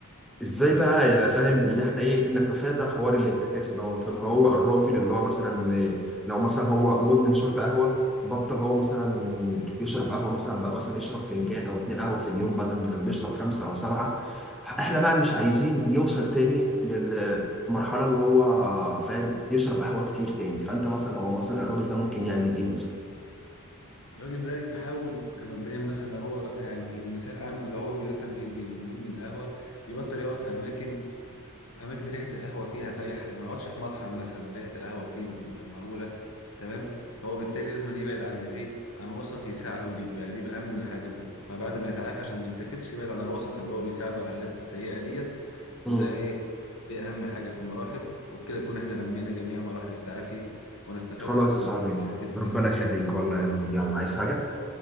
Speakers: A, in the centre; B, on the left (about 65°).
A: ازاي بقى يا فاهم اللي احنا ايه نتفادى حوار الانتكاسه دوت ان هو الراجل اللي هو مثلا إيه، لو مثلا هو مدمن شرب قهوه بطل هو مثلا يشرب قهوه مثلا بقى مثلا يشرب فنجان او اتنين قهوه في اليوم بدل ما كان بيشرب خمسه او سبعه احنا بقى مش عايزين يوصل تاني للمرحله اللي هو فاهم يشرب قهوه كتير تاني فانت مثلا هو مثلا الراجل ده ممكن يعمل ايه مثلا
B: الراجل ده يحاول كمبدئيا مثلا لو هو يعني مثال عام لو هو مثلا بي- بي- مدمن قهوه يبطل يقعد في اماكن اماكن ريحه القهوه فيها فايحه يعني ما يقعدش في مطعم مثلا ريحه القهوه فيه م- مهوله تمام فهو بالتالي لازم يبعد عن الايه عن وسط يساعده ليه يعني دي بقى اهم من حاجه ما بعد ما يتعافى عشان ما ينتكسش يبعد عن الوسط اللي هو بيساعده على العادات السيئه ديت
A: مم.
B: وده ايه دي اهم حاجه في المراحل وبكده نكون احنا لمينا جميع مراحل التعافي وانا استفدت
A: خلاص
B: بالحديث
A: يا صاحبي ربنا
B: معك
A: يخليك والله يا زميلي يلا عايز حاجه